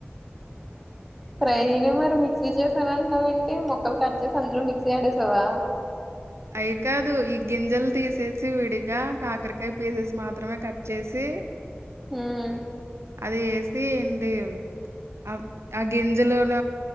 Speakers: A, in the centre; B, on the right.
A: అ ఫ్రైనే మరి మిక్సీ చేసాన అంటన్నావ ఏంటి మొక్కలు కట్ చేసి అందులో మిక్సీ ఆడేసావా
B: అయి కాదు ఈ గింజలు తీసేసి విడిగా కాకరకాయ పీసెస్ మాత్రమే కట్ చేసి ఏ
A: హ్మ్
B: అది ఏసి ఏంటి ఆ ఆ గింజలోన